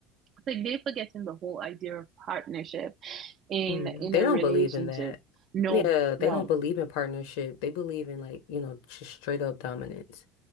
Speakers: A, on the right; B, on the left.
A: like they're forgetting the whole idea of partnership in
B: Mm,
A: in
B: they
A: a
B: don't
A: relationship.
B: believe in that.
A: No,
B: Yeah, they
A: no.
B: don't believe in partnership. They believe in like, you know, just straight up dominance.